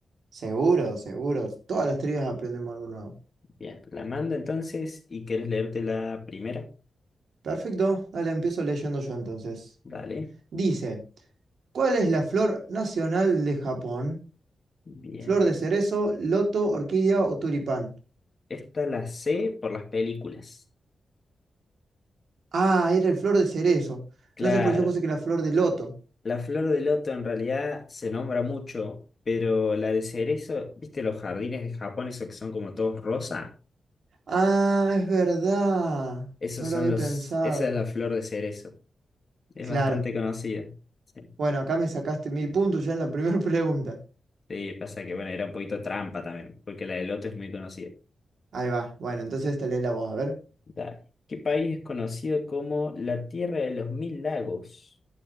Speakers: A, on the right; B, on the left.
A: Seguro, seguro. Todas las trivias aprendemos algo nuevo.
B: Bien, la mando entonces y querés leerte la primera.
A: Perfecto, dale, empiezo leyendo yo entonces.
B: Dale,
A: Dice, ¿cuál es la flor nacional de Japón?
B: bien.
A: ¿Flor de cerezo, loto, orquídea o tulipán?
B: Esta la sé por las películas.
A: Ah, era el flor de cerezo.
B: Claro,
A: No sé por qué yo puse que la flor de loto.
B: la flor de loto en realidad se nombra mucho, pero la de cerezo, ¿viste los jardines de Japón, esos que son como todos rosa?
A: Ah, es verdad.
B: Esos
A: No
B: son
A: lo había
B: los,
A: pensado.
B: esa es la flor de cerezo. Es
A: Claro.
B: bastante conocida. Sí.
A: Bueno, acá me sacaste mil puntos ya en la primera <laughs> pregunta.
B: Sí, pasa que, bueno, era un poquito trampa también, porque la de Loto es muy conocida.
A: Ahí va. Bueno, entonces esta lees la voz. A ver.
B: Dale. ¿Qué país es conocido como la Tierra de los Mil Lagos?